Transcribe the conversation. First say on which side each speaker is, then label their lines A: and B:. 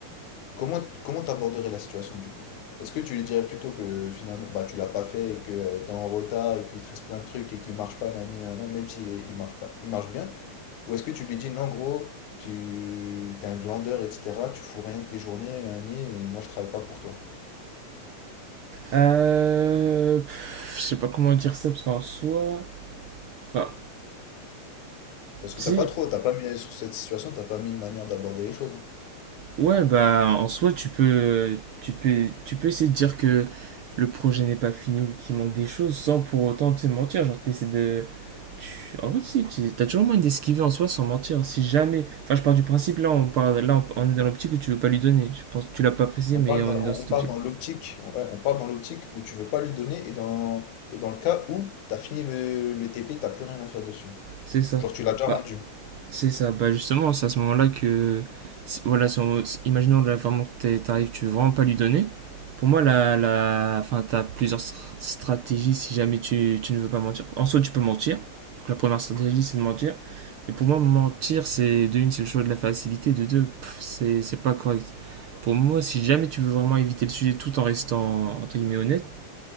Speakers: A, on the left; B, on the right.
A: Comment, comment t'aborderais la situation du coup? Est-ce que tu lui dirais plutôt que finalement bah, tu l'as pas fait et que tu es en retard et qu'il te reste plein de trucs et qu'il marche pas, nani, nana, même s'il est- il marche pas, il marche bien? Ou est-ce que tu lui dis non, gros, tu t'es un glandeur, etc. Tu fous rien de tes journées, nani, et moi je travaille pas pour toi?
B: Euh, pff, je sais pas comment dire ça parce qu'en soi, enfin,
A: Parce
B: si,
A: que t'as pas trop, t'as pas mis sur cette situation, t'as pas mis une manière d'aborder les choses.
B: ouais, bah en soi tu peux, tu peux, tu peux essayer de dire que le projet n'est pas fini ou qu'il manque des choses sans pour autant te mentir. Genre t'essaies de, tu- en vrai si, tu- t'as toujours moyen d'esquiver en soi sans mentir. Si jamais, enfin, je pars du principe là, on parle, là, on, on est dans l'optique où tu veux pas lui donner. Je pense, tu l'as pas précisé,
A: On
B: mais
A: parle
B: on
A: dans,
B: est dans
A: on
B: cette
A: on part
B: optique.
A: dans l'optique, ouais, on part dans l'optique où tu veux pas lui donner et dans, et dans le cas où t'as fini le, le TP, t'as plus rien à faire dessus.
B: C'est ça.
A: Genre tu l'as déjà
B: Bah,
A: rendu.
B: C'est ça, bah justement, c'est à ce moment-là que, c'est- voilà, si on- si- imaginons là, vraiment que t'es- t'arrives, tu veux vraiment pas lui donner. Pour moi, la, la, enfin, t'as plusieurs str- stratégies si jamais tu, tu ne veux pas mentir. En soi, tu peux mentir. Donc la première stratégie, c'est de mentir. Mais pour moi, mentir, c'est de une, c'est le choix de la facilité, de deux, pff, c'est c'est pas correct. Pour moi, si jamais tu veux vraiment éviter le sujet tout en restant, entre guillemets, honnête,